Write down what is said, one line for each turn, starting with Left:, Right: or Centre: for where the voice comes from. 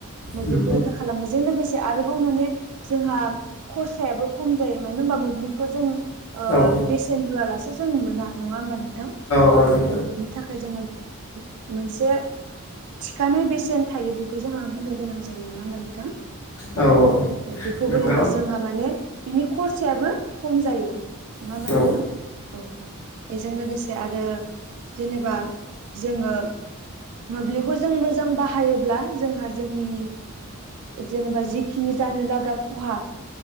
Right: मोब्लिबखौ
Left: नंगौ
Right: रैखा खालामनो। जों लोगोसे आरोबाव माने जोंहा खरसायाबो खम जायो मानो होनबा मोब्लिबखौ जों। ओ-बेसेन
Left: औ औ नंगौ औ
Right: होआलासे। जों मोना नङा होनबा नों।
Left: औ नंगौ
Right: बेनि थाखाय जोङो। <unintelligible> मोनसे थिखानाय बेसेन थायो बेखौ जोंहा होननो गोनां। जायो नङा होमबा नोंथां
Left: औ नंगौ नोंथां औ औ
Right: बेखौ
Left: नंगौ
Right: होयोबासो जोंहा माने। बिनि खरसायाबो खम जायो। नङा
Left: औ
Right: होमबा नोंथां
Left: औ
Right: औ एजों लोगोसे आरो। जेनेबा। जोङो। मोब्लिबखौ जों मोजां बाहायोब्ला जोंहा जोंनि जेनेबा जिखिनि। जानो लागा खहा।